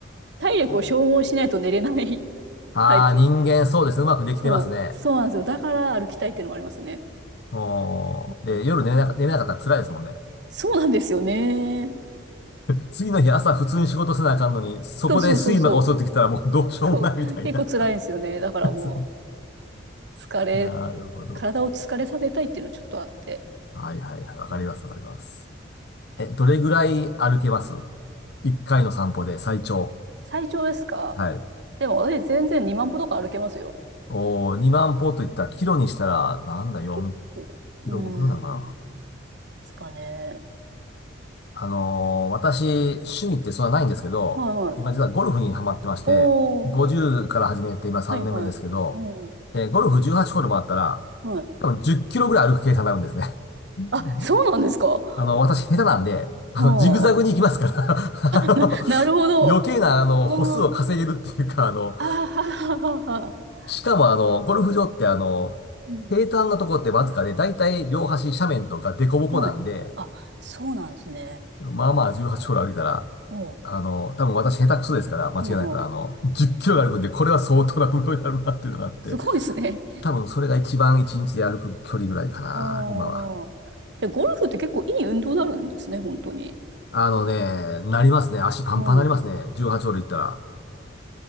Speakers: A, on the right (about 60°); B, on the left (about 55°).
A: 体力を消耗しないと寝れない
B: あ。
A: <laughs>
B: ああ、
A: タイプ。
B: 人間そうですね。うまくできてますね。
A: そう、そうなんですよ。だから歩きたいっていうのもありますね。
B: もう、
A: うん
B: で、夜寝れなか、寝れなかったら辛いですもんね。
A: そうなんですよね。
B: 次の日朝普通に仕事せなあかんのに、そこで睡魔が襲ってきたらもうどうしようもないみたいな。
A: そうそうそうそう。そう、結構辛いんですよね。だからも
B: <laughs>
A: う、疲れ、
B: なるほど。
A: 体を疲れさせたいっていうのちょっとあって。
B: はいはいはい。わかりますわかります。
A: うん。
B: え、どれぐらい歩けます一回の散歩で最長。
A: 最長ですか
B: はい。
A: でも私全然2万歩とか歩けますよ。
B: おー、2万歩といったらキロにしたら、なんだ、4
A: 結構。
B: キロ、
A: うん。
B: 5キロなのかな。
A: ですかね。
B: あのー私、趣味ってそんなないんですけど、
A: はいはい。
B: 今実はゴルフにハマってまして、
A: おー。
B: 50から始めて今3年目ですけど、
A: はいはい。おー
B: えーゴルフ18ホールもあったら、
A: はい。
B: 多分10キロぐらい歩く計算になるんですね。
A: あ、
B: じ
A: そうなんですか。
B: あの、私下手なんで、あの、
A: はあ。
B: ジグザグに行きますから <laughs> あの
A: な、なるほど。
B: 余計な、あの、
A: あー
B: 歩数を稼げるっていうか、あの、
A: あー、ははははは。
B: しかもあの、
A: そ
B: ゴルフ場ってあの、
A: う。うん。
B: 平坦なとこってわずかで、だいたい両端斜面とか凸凹なんで、
A: はい。あ、そうなんですね。
B: まあまあ18ホール歩いたら、
A: おう。
B: あの、多分私下手くそですから、間違いなく、
A: おう
B: あの、10キロが歩くんで、これは相当な運動になるなっていうのがあって、
A: すごいですね。
B: 多分それが一番一日で歩く距離ぐらいかな、
A: ああ。
B: 今は。
A: で、ゴルフって結構いい運動になるんですね、本当に。
B: あのね、なりますね。足パンパンになりますね。
A: うん。す
B: 18ホール行ったら。